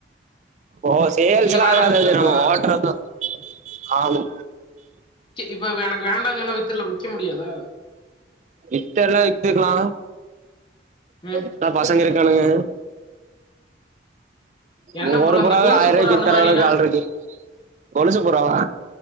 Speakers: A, on the right; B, on the left.
A: ஓஸ் சேல்லா
B: இங்க வேணான்னு
A: ஆகாது
B: சொல்ட்டாங்களா
A: அது நம்ம ஓட்டருதா ஆமா
B: இப்ப எனக்கு வேண்டானு சொன்னா வித்துற்ல விக்க முடியாதா
A: வித்து எல்லா வித்துக்கலா
B: ம்
A: வித்தா பசங்க இருக்கானுங்க
B: என்ன
A: ஒங்க
B: புறா
A: ஒரு புறாவே
B: அந்த கொலுசு
A: ஆயிரோக்கு
B: புறா
A: வித்துதர
B: அந்த மாரினா
A: அளவுக்கு ஆள் இருக்கு கொலுசு புறாவா